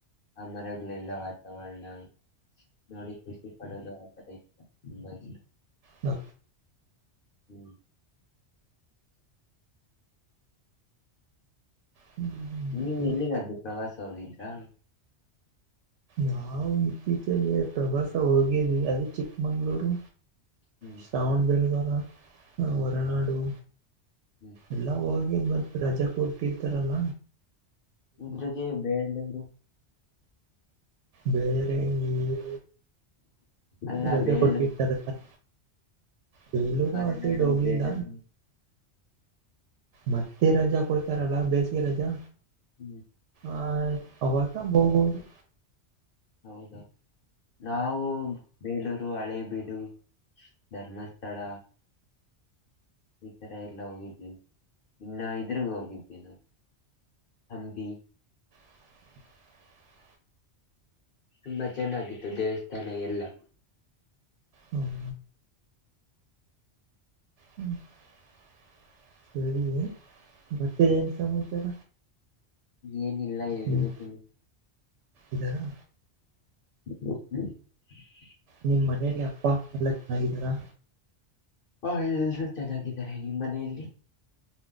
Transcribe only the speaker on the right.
ಹ
ಹ್ಮ್ ಮತ್ತೆ
ನಾವು ಇತ್ತೀಚೆಗೆ ಪ್ರವಾಸ ಹೋಗಿದ್ವಿ ಅದೇ ಚಿಕ್ಕಮಂಗ್ಳೂರು
ಶ್ರಾವಣಬೇಳಗುಳ
ಹೊರನಾಡು
ಎಲ್ಲ ಹೋಗ ಮ ರಜೆ ಕೊಡ್ತಿಿರ್ತಾರಲ್ಲ
ಬೇರೆ ಈ
ರಜೆ
ಕೊಡ್ತ ಇರ್ತಾರಲ್ಲ ಬೆಂಗಳೂರು
ಆ ಸೈಡ್ ಹೋಗಿಲ್ಲ
ಮತ್ತೆ ರಜಾ ಕೊಡ್ತಾರಲ್ಲ ಬೇಸಿಗೆ ರಜಾ
ಆ ಅವಾಗ ಹೋಗೋದು
<inaudible>
ಹ್ಮ್ ಹ್ಮ್ <unintelligible> <inaudible> ಸರಿ ಮತ್ತೆ ಏನ್ ಸಮಾಚಾರ
ನಿಮ್
ಇದ್ದಾರಾ
ನಿಮ್ ಮನೆಯಲ್ಲಿ ಅಪ್ಪ ಅಪ್ಪ ಎಲ್ಲಾ ಚೆನ್ನಾಗಿದ್ದಾರಾ